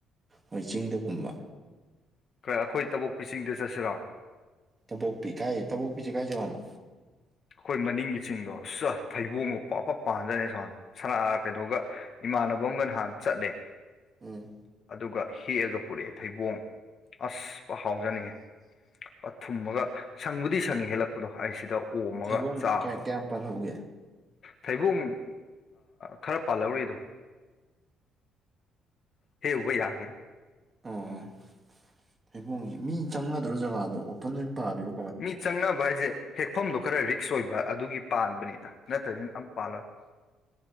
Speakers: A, on the right; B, on the left.
A: ꯃꯣꯏ ꯆꯤꯡꯗꯒꯨꯝꯕ꯫
B: ꯑꯈꯣꯏ ꯇꯕꯣꯛꯄꯤ ꯆꯤꯡꯗ ꯆꯠꯁꯤꯔꯣ꯫
A: ꯇꯕꯣꯛꯄꯤ ꯀꯥꯏ ꯇꯕꯣꯛꯄꯤꯁꯦ ꯀꯥꯏ ꯖꯒꯅꯣ꯫
B: ꯑꯈꯣꯏ ꯃꯅꯤꯡꯒꯤ ꯆꯤꯡꯗꯣ ꯑꯁ ꯊꯩꯕꯣꯡꯒ ꯄꯥꯛ ꯄꯥꯛ ꯄꯥꯟꯖꯠꯅꯤ ꯈꯪꯉꯕ ꯁꯅꯥ ꯀꯩꯅꯣꯒ ꯏꯃꯥꯟꯅꯕ ꯑꯃꯒ ꯅꯍꯥꯟ ꯆꯠꯂꯦ꯫
A: ꯎꯝ
B: ꯑꯗꯨꯒ ꯍꯦꯛꯑꯒ ꯄꯨꯔꯛꯑꯦ ꯊꯩꯕꯣꯡ ꯑꯁ ꯍꯥꯎꯖꯥꯠꯅꯤꯡꯍ‌ꯦ꯫ ꯄꯠ ꯊꯨꯝꯃꯒ ꯁꯪꯕꯨꯗꯤ ꯁꯪꯉꯤ ꯍ‌ꯦꯂꯛꯄꯗꯣꯁꯤꯗ꯫ ꯑꯣꯝꯃꯒ
A: ꯊꯩꯕꯣꯡ
B: ꯆꯥꯕ꯫
A: ꯀꯌꯥ ꯀꯌꯥꯝ ꯄꯥꯜꯍꯧꯒꯦ
B: ꯊꯩꯕꯣꯡ ꯈꯔ ꯄꯥꯜꯍꯧꯔꯤꯗ꯫ ꯍ‌ꯦꯛ ꯎꯕ ꯌꯥꯒꯤꯅꯤ
A: ꯑꯣ ꯊꯩꯕꯣꯒꯤ ꯃꯤ ꯆꯪꯅꯗ꯭ꯔ ꯖꯒꯥꯗꯣ ꯑꯣꯄꯟ ꯂꯣꯏꯅ ꯄꯥꯂꯤꯔꯣ
B: ꯃꯤ ꯆꯪꯅꯕ ꯍꯥꯏꯖꯦ ꯍꯦꯛꯐꯝꯗꯣ ꯈꯔ ꯔꯤꯛꯁ ꯑꯣꯏꯕ ꯑꯗꯨꯒꯤ ꯄꯥꯟꯕꯅꯤꯗ ꯅꯠꯇ꯭ꯔꯗꯤ ꯑꯝ ꯄꯥꯜꯂꯔꯣꯢ